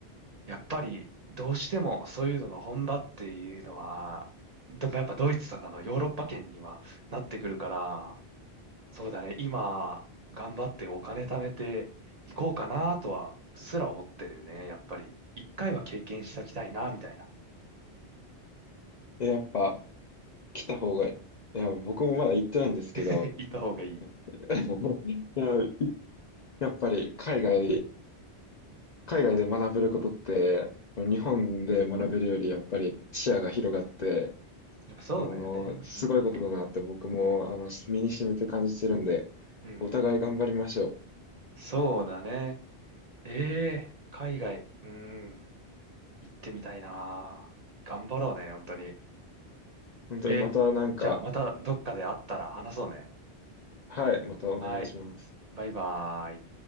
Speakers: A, on the right; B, on the left.
A: やっぱりどうしてもそういうのの本場っていうのは、でもやっぱドイツとかのヨーロッパ圏にはなってくるから、そうだね、今頑張ってお金貯めていこうかなとはうっすら思ってるね、やっぱり。一回は経験しておきたいな、みたいな。
B: えやっぱ来た方が、いや、僕もまだ行ってないんですけど、
A: <laughs> 行った方がいい。
B: <laughs> いや、いやっぱり海外、海外で学べることって、日本で学べるよりやっぱり視野が広がって、
A: うん。やっぱそうだよね。
B: あの、すごいことだなって僕も、
A: うん。
B: あの、身に染みて感じてるんで、
A: うん。
B: お互い頑張りましょう。
A: そうだね。ええ海外。うん。行ってみたいな。頑張ろうね、本当に。
B: 本当にまたなんか、
A: え、じゃあまたどっかで会ったら話そうね。
B: はい、またお願いします。
A: はい。バイバーイ。